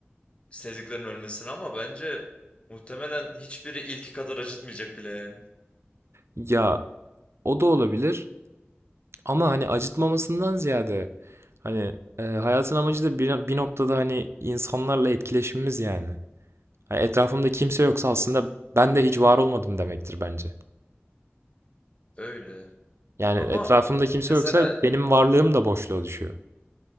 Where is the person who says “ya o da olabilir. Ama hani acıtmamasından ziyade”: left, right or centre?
Right